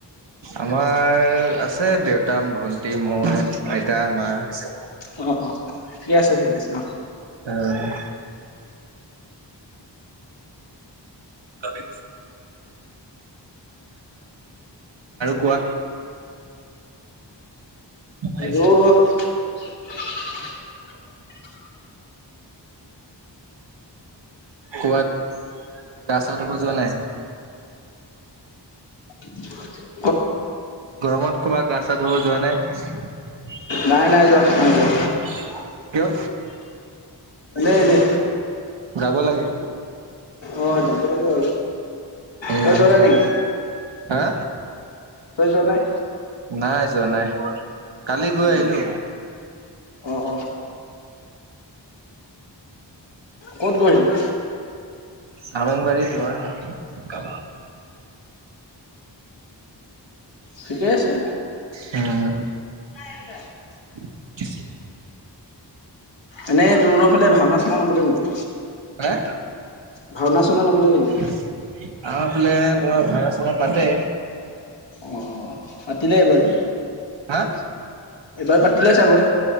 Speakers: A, on the right; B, on the left.
A: আমাৰ আছে দেউতা, ভন্টি, মই, আইতা, মা আছে।
B: অ', অ', ঠিক আছে ঠিকে আছে অহ।
A: অ'। আৰু কোৱা!
B: আৰু
A: <inaudible>
B: <inaudible>
A: ক'বাত গা ছা ধুব যোৱা নাই?
B: <inaudible>
A: গৰমত ক'বাত গা চা ধুব যোৱা নাই?
B: নাই নাই যোৱা নাই যোৱা
A: কিয়?
B: এনে এনে।
A: যাব লাগে।
B: অ' যাব লাগে আৰু
A: উম,
B: তই যোৱা নাই নেকি
A: হা?
B: তই যোৱা নাই
A: নাই যোৱা নাই কালি গৈ
B: অ'
A: আহিলো।
B: অ', অ'। ক'ত গৈছিলি?
A: চাৰংবাৰী তোমাৰ।
B: ঠিকেই আছে।
A: উম।
B: <unintelligible>
A: <inaudible>
B: এনে <unintelligible> ফালে ভাওনা চুনা নাপাতে নেকি,
A: হে
B: ভাওনা চাওনা নাপাতে নেকি।
A: আমাৰ ফালে তোমাৰ ভাওনা চাওনা পাতে।
B: অ' পাতিলে বাৰু।
A: হা?
B: এইবাৰ পাতিলে চাগৈ।